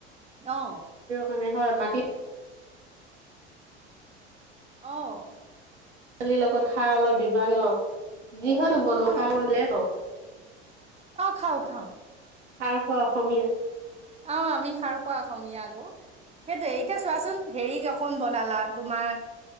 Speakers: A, on the right (about 20°); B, on the right (about 75°).
A: অও
B: মানে হয় মাটিত
A: অহ
B: পোৱালীৰ লগত সাৰ অলপ বিবান ন যিহনো বনো
A: অ
B: সাৰ মানে
A: অ খাওঁ খাওঁ।
B: খাৰ খোৱা অসমীয়া
A: অ আমি খাৰ খোৱা অসমীয়া আকৌ, সেইটো এতিয়া চোৱাচোন হেৰি কখন বনালা তোমাৰ